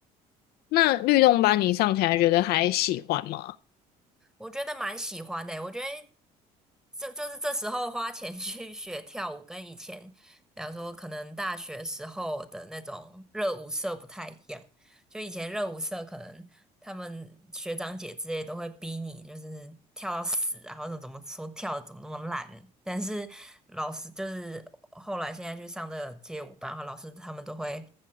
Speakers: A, on the left; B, in the centre.
A: 那律动班你上起来觉得还喜欢吗？
B: 我觉得蛮喜欢的欸我觉得这就是这时候花钱 <laughs> 去学跳舞，跟以前，比方说可能大学时候的那种热舞社不太一样。就以前热舞社可能他们学长姐之类都会逼你，就是跳到死啊，或者怎么说跳的怎么那么烂。但是老师就是后来现在去上这个街舞班的话，老师他们都会